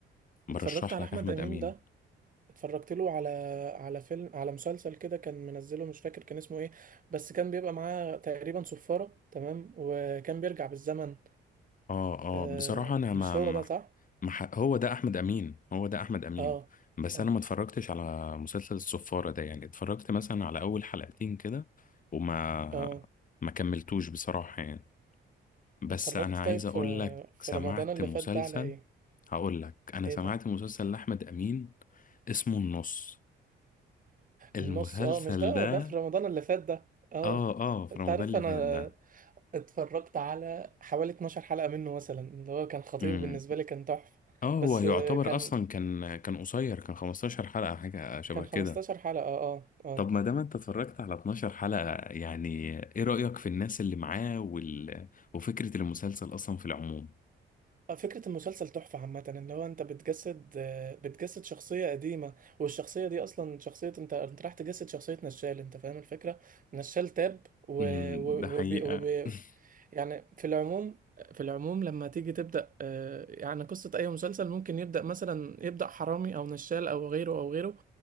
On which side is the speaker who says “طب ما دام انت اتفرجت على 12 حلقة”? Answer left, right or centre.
Left